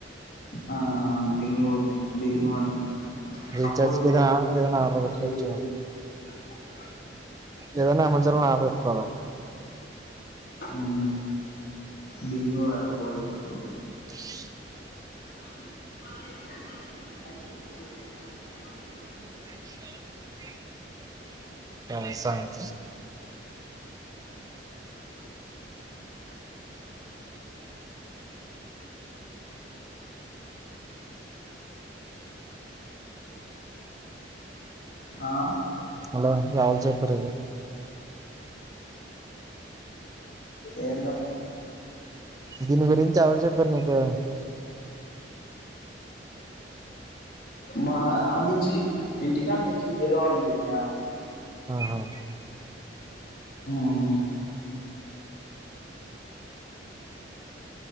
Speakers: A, on the left; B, on the right.
A: ఆ బింగో బింగో అని
B: రీఛార్జ్
A: అప్పుడు
B: కి ఏదైనా ఏదైనా ఆర్డర్ పెట్టుకోవచ్చు
A: చేయలే మనకి
B: ఏదైనా మంచిలన ఆర్డర్ పెట్టుకోవాలి
A: ఉ బింగో అపో అప్
B: హ
A: అ
B: ఎక్సట్రాగా ఏ సంగ
A: ఆ
B: హలో ఎవరు చెప్పారుది
A: ఏందో
B: దీని గురించి ఎవరు చెప్పారు నీకు
A: మా ఆ నుంచి ఇంటికాడ నుంచి వేరే వాళ్ళు చెప్పారు
B: ఆహా
A: హమ్